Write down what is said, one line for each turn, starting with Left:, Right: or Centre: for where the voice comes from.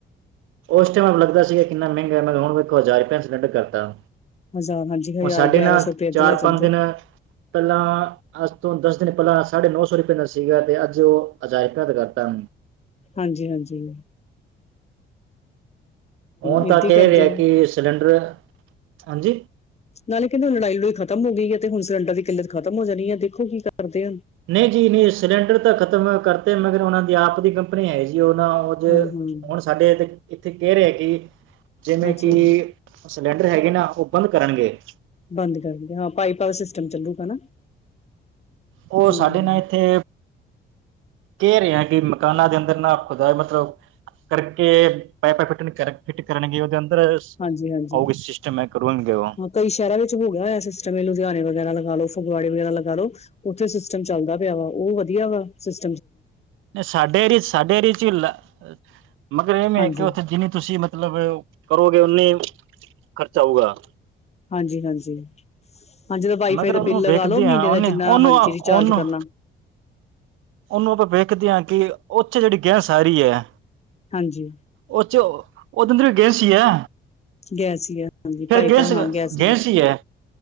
Right: ਓਸ ਟਾਈਮ ਲੱਗਦਾ ਸੀਗਾ ਕਿੰਨਾ ਮਹਿੰਗਾ ਮੈਂ ਹੁਣ ਇੱਕ ਹਜ਼ਾਰ ਰੁਪਇਆ ਸੱਡ ਕਰਤਾ
Left: ਹਜ਼ਾਰ ਹਾਂਜੀ ਹਜ਼ਾਰ
Right: ਹੁਣ ਸਾਡੇ
Left: ਗਿਆਰਾਂ
Right: ਨਾਲ,
Left: ਸੌ ਰੁਪਏ ਏਦਾਂ
Right: ਚਾਰ
Left: ਲੈ
Right: ਪੰਜ
Left: ਜਾਂਦੇ
Right: ਦਿਨ ਪੈਲਾਂ ਅੱਜ ਤੋਂ ਦਸ ਦਿਨ ਪੈਲਾਂ, ਸਾਢੇ ਨੌ ਸੌ ਰੁਪਏ ਦਾ ਸੀਗਾ ਤੇ ਅੱਜ ਓ <unintelligible> ਦਾ ਕਰਤਾ।
Left: ਹਾਂਜੀ, ਹਾਂਜੀ।
Right: ਹੁਣ
Left: ਏਦਾਂ
Right: ਤਾਂ
Left: ਹੀ
Right: ਕੈ
Left: ਕਰਦੇ
Right: ਰੇ
Left: ਆ
Right: ਕੀ ਸਿਲੰਡਰ, ਹਾਂਜੀ?
Left: ਨਾਲੇ ਕੇਂਦੇ ਹੁਣ ਲੜਾਈ ਲੁੜਈ ਖਤਮ ਹੋ ਗਈ ਐ, ਤੇ ਹੁਣ ਸਿਲੰਡਰ ਦੀ ਕਿੱਲਤ ਖਤਮ ਹੋ ਜਾਣੀ ਐ, ਦੇਖੋ ਕੀ ਕਰਦੇ ਆ।
Right: ਨਈ ਜੀ ਨਈ ਸਿਲੰਡਰ ਤਾਂ ਖਤਮ ਕਰਤੇ, ਮਗਰ ਓਨਾ ਦੀ ਆਪ ਦੀ ਕੰਪਨੀ ਐ ਜੀ ਓ ਨਾ <unintelligible>
Left: ਹਾਂ ਹਾਂ
Right: ਹੁਣ ਸਾਡੇ ਤੇ ਇੱਥੇ ਕੈ ਰੇ ਕੀ, ਜਿਵੇਂ
Left: ਅੱਛਾ
Right: ਕੀ
Left: ਜੀ
Right: ਸਿਲੰਡਰ ਹੈਗੇ ਨਾ, ਓ ਬੰਦ ਕਰਨਗੇ।
Left: ਬੰਦ ਕਰਨਗੇ, ਹਾਂ, ਪਾਈਪਾਂ ਦਾ ਸਿਸਟਮ ਚੱਲੂਗਾ ਨਾ।
Right: ਓ
Left: ਹਮ
Right: ਸਾਡੇ ਨਾਲ ਏਥੇ ਕੈ ਰਿਆ, ਕਿ ਮਕਾਨਾਂ ਦੇ ਅੰਦਰ ਨਾ ਖੁਦਾ ਮਤਲਬ ਕਰਕੇ ਪਾਈਪਾਂ ਫਿੱਟ ਕਰ, ਫਿੱਟ ਕਰਨਗੇ ਓਦੇ ਅੰਦਰ।
Left: ਹਾਂਜੀ ਹਾਂਜੀ
Right: ਓਹੀ ਸਿਸਟਮ, ਮੈਂ ਕਰਨਗੇ ਓ।
Left: ਹਾਂ ਕਈ ਸ਼ਹਿਰਾਂ ਵਿੱਚ ਹੋ ਗਿਆ ਉਇਆ ਸਿਸਟਮ, ਇਹ ਲੁਧਿਆਣੇ ਵਗੈਰਾ ਲਗਾ ਲੋ, ਫਗਵਾੜੇ ਵਗੈਰਾ ਲਗਾ ਲੋ। ਉੱਥੇ ਸਿਸਟਮ ਚੱਲਦਾ ਪਿਆ ਵਾ, ਉਹ ਵਧੀਆ ਵਾ ਸਿਸ
Right: 'ਨ ਸਾਡੇ ਅਰੀ, ਸਾਡੇ ਅਰੀ 'ਚੁ ਲੇ ਮਗਰ ਇਹ ਮੇ
Left: ਹਾਂਜੀ
Right: ਕਿ, ਉੱਥੇ ਜਿੰਨੀ ਤੁਸੀਂ ਮਤਲਬ ਕਰੋਗੇ, ਉਨੀ ਖਰਚਾ ਹੋਊਗਾ।
Left: ਹਾਂਜੀ-ਹਾਂਜੀ, ਹਾਂ ਜਦੋ ਵਾਈ
Right: ਮਗਰ
Left: ਫਾਈ ਦਾ
Right: ਉਹਨੂੰ
Left: ਬਿੱਲ ਲਗਾ
Right: ਵੇਖਦੇ
Left: ਲੋ, ਮ੍ਹੀਨੇ
Right: ਆ ਉਹਨੇ
Left: ਦਾ ਜਿੰਨਾ
Right: ਉਹਨੂੰ
Left: ਹਾਂਜੀ
Right: ਉਹਨੂੰ
Left: ਰਿਚਾਰਜ ਕਰਨਾ।
Right: ਉਹਨੂੰ ਆਪਾਂ ਵੇਖਦੇ ਆ, ਕਿ ਉੱਥੇ ਜਿਹੜੀ ਗੈਸ ਆ ਰੀ ਐ
Left: ਹਾਂਜੀ‌।
Right: ਉਹ 'ਚ, ਉਹਦਾ ਫੇਰ ਗੈਸ ਈ ਐ।
Left: ਗੈਸ ਹੀ ਆ ਹਾਂਜੀ
Right: ਫੇਰ
Left: ਪਾਈਪ
Right: ਗੈਂਸ,
Left: ਹਾਂ ਗੈਸ ਵਾਲੀ।
Right: ਗੈਂਸ ਈ ਐ,